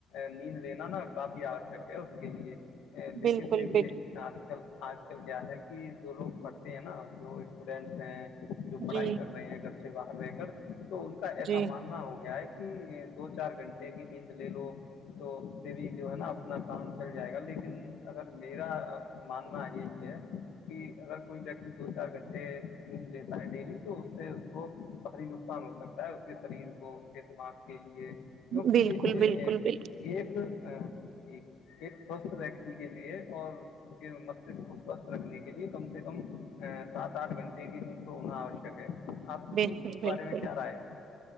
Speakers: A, on the left (about 65°); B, on the right (about 60°).
A: نیند لینا نا کافی آوشک ہے اس کے لیے ا لیکن
B: بالکل
A: دیکھیے
B: بالکل
A: آج کل آج کل کیا ہے کہ جو لوگ پڑھتے ہیں نا جو اسٹوڈینٹس ہیں جو پڑھائی
B: جی
A: کر رہے ہیں گھر سے باہر رہ کر تو ان کا ایسا
B: جی
A: ماننا ہو گیا ہے دو چار گھنٹے کی نیند لے لو تو اس سے بھی جو ہے نا اپنا کانٹ چل جائے گا لیکن اگر میرا ماننا یہی ہے کہ اگر کوئی ویکتی دو چار گھنٹے لڈ لیتا ہے ڈیلی تو اس سے اس کو بھاری نقان نقصان ہو سکتا ہے اس کے شریر کو اس کے دماغ کے لیے کیونکہ
B: بالکل
A: د
B: بالکل
A: ایک
B: بالکل
A: جی ایک سوستھ ویکتی کے لیے اور اس کے مستک کو سوستھ رکھنے کے لیے کم سے کم سات آٹھ گھنٹے کی نم تو ہونا آوشک ہے آپ
B: بالکل
A: کی اس
B: بالکل
A: بارے میں کیا رائے ہے